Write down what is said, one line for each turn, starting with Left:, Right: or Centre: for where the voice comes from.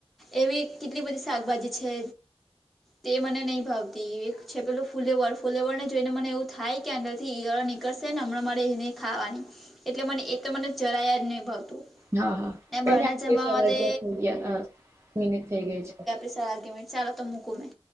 Centre: એવી કેટલી બધી શાકભાજી છે. તે મને નહી ભાવતી એક છે પેલું ફૂલેવર ફૂલેવર ને જોઈને મને એવું થાય કે અંદર થી ઈયળ નિક નિકળશે હમણાં મારે એને ખાવાની એટલે મને એ તો મને જરાયા જ નહી ભાવતું.
Right: હા હા
Centre: ને બહારના
Right: એને કંઈ
Centre: જમવામાં
Right: નહીં આપણે સવા અગિયાર
Centre: તે
Right: અ મિનિટ થઈ ગઈ છે.
Centre: સવાગી મિટ ચાલો તો મૂકું મેં,